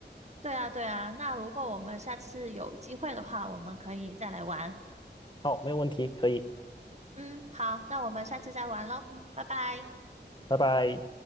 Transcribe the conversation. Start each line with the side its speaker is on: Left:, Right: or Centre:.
Right: 对啊，对啊。那如果我们下次有机会的话，我们可以再来玩。
Left: 好，没有问题，可以，
Right: 嗯，好，那我们下次再玩喽。嗯，拜拜。
Left: 拜拜。